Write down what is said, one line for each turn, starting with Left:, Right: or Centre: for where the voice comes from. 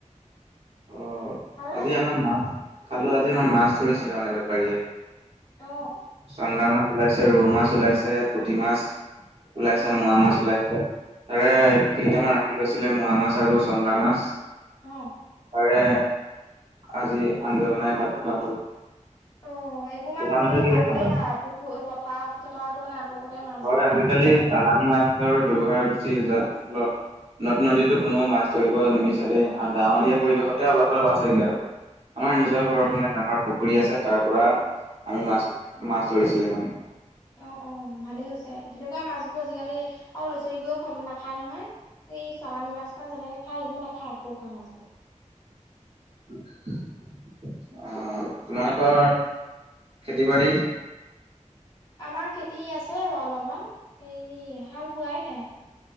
Right: অ'
Left: খালানে
Right: আজি আমাৰ মাছ খালো আজি আমাৰ মাছ ধৰিছিলে মানে বেপাৰীয়ে।
Left: অ
Right: চন্দা মাছ, ওলাইছে ৰৌ মাছ, ওলাইছে পুঠি মাছ। ওলাইছে
Left: অ
Right: মোৱা মাছ ওলাইছে তাৰে
Left: অ
Right: কেইটামান <unintelligible> আছিলে মোৱা মাছ, আৰু চন্দা মাছ।
Left: অ'।
Right: তাৰে আজি আঞ্জা বনাই ভাত খোৱা হ'ল।
Left: অ এইবোৰ মাছ
Right: তোমালোকে
Left: আজিকালি
Right: কিহে
Left: পাবৰেই
Right: খালা?
Left: নাই পুখু পথাৰ চথাৰতো মানে আগকতে মাছবোৰ
Right: হয়
Left: ইমান
Right: আজিকালি
Left: নোলোৱা হ'ল
Right: চালানি মাছৰ ব্যৱহাৰ বেচি। <unintelligible> নদ নদীতটো কোনো মাছ ধৰিব নিবিচাৰে। গাঁৱলীয়া
Left: নিবিচাৰি
Right: পৰিৱেশতে অলপ-অলপ আছেগে আৰু আমাৰ নিজৰ
Left: অ
Right: ঘৰত মানে ডাঙৰ পুখু ফুৰি আছে তাৰ পৰা আমি মাছ-মাছ ধৰিছিলে মানে।
Left: অ অ ভালেই হৈছে তেনেকুৱা মাছ বোৰ আজিকালি আৰু ল' ছোৱালীবোৰেও খাব নাখায় নহয়। এই চালানী মাছখন যেনেকে খাই এইবোৰ নাখায় <unintelligible> খোৱা মাছবোৰ।
Right: <inaudible> অ' তোমালোকৰ খেতি বাৰী
Left: আমাৰ খেতি আছে বাৰু অলপমান হেৰি হাল বোৱাই নাই।